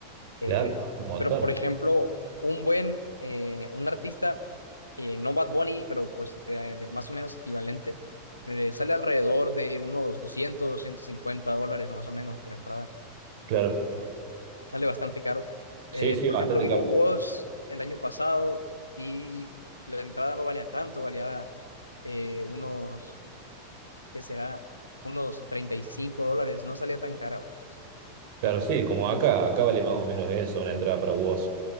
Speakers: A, on the right (about 50°); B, on the left (about 85°).
A: claro,
B: Eh,
A: un montón.
B: pero, por ejemplo, un buen, eh, un artista, eh, no Bad Bunny, pero pues de- de más o menos equivalente, eh, sale alrededor de unos doscientos doscientos cincuenta dólares más o menos por entrada.
A: Claro.
B: Sale bastante caro.
A: Sí,
B: Eh,
A: sí,
B: por
A: bastante
B: ejemplo, vino
A: caro.
B: Woz el año pasado y la entrada no valía tanto, valía eh, unos, ¿qué será? Unos 35 dólares, no salía tan caro, pues.
A: Claro, sí, como acá, acá vale más o menos eso, una entrada para vos.